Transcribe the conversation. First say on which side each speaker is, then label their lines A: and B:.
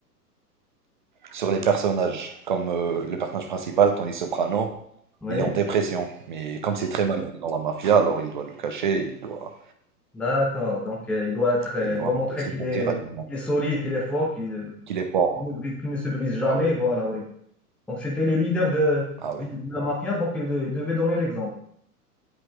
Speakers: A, on the right; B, in the centre.
A: sur les personnages comme, heu, le personnage principal, Tony Soprano,
B: Oui,
A: il est en dépression, mais comme c'est très mal vu dans la mafia, alors il doit le cacher, il doit
B: d'accord. Donc, euh, il doit être, euh,
A: il
B: il
A: doit
B: doit
A: un
B: montrer
A: peu se
B: qu'il
A: mentir
B: est,
A: à lui-même
B: il est solide, qu'il est fort, qu'il
A: qu'il est fort.
B: qu'il ne, bri- qu'il ne se brise jamais.
A: Ah oui,
B: Voilà, oui. Donc, c'était le leader de,
A: ah oui,
B: du- de la mafia, donc il de- devait donner l'exemple.